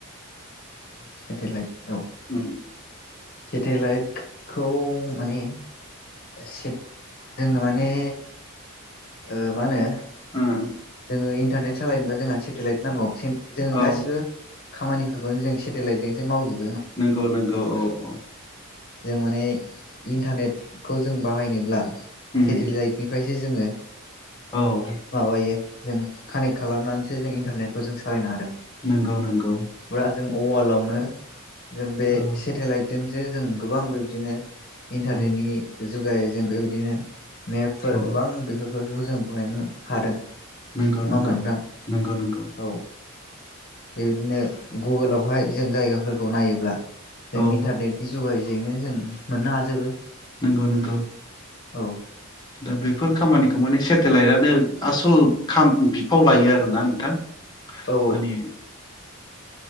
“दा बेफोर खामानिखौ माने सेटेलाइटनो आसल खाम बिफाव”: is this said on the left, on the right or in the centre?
Left